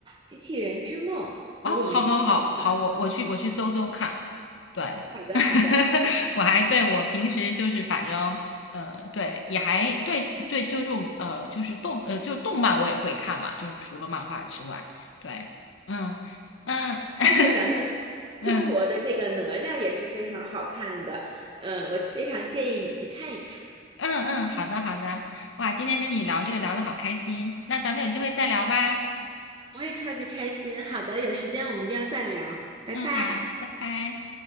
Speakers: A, on the right; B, on the left.
A: 《机器人之梦》，
B: 哦，
A: 如果我没记错的话。
B: 好好好好，我我去我去搜搜看，对，
A: 好的，
B: <laughs>
A: 好的。
B: 我还对我平时就是反正呃对也还对对就这种呃就是动呃就动漫我也会看了，就是除了漫画之外，对，嗯嗯 <laughs>
A: 包括咱们中国的这个哪吒也是非常好看的，
B: 嗯
A: 嗯，我非常建议你去看一看。
B: 嗯嗯，好的好的，哇，今天跟你聊这个聊得好开心，那咱们有机会再聊吧，
A: 我也超级开心。好的，有时间我们一定要再聊，拜拜。
B: 嗯好，拜拜。